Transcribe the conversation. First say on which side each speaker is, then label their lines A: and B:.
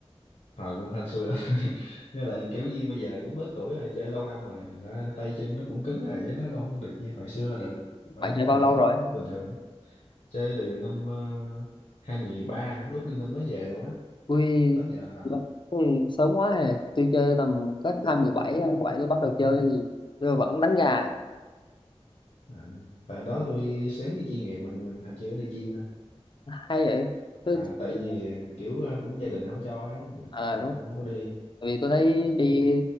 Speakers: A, on the left; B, on the left.
A: hồi cũng hên xui lắm <laughs> nên là kiểu như bây giờ cũng lớn tuổi rồi chơi lâu năm rồi thành ra tay chân nó cũng cứng rồi chứ nó không được như hồi xưa được quá
B: bạn
A: thành
B: chơi
A: ra
B: bao
A: giờ
B: lâu
A: cũng
B: rồi
A: bình thường chơi từ năm uh, 2013 hả lúc Liên Minh mới về luôn á
B: Ui,
A: tới giờ à.
B: ừ, sớm quá hè. Tôi chơi tầm cách 217, 27 tôi bắt đầu chơi thì tôi vẫn đánh gà.
A: À, tại đó tôi xém đi chuyên nghiệp mà nhưng mà hồi chưa đi chuyên thôi
B: Hay vậy. Tôi,
A: à,
B: tôi
A: tại
B: thấy-
A: vì kiểu ờ, cũng gia đình không cho ấy
B: à
A: à,
B: đúng.
A: cũng không có đi
B: Tại vì tôi thấy đi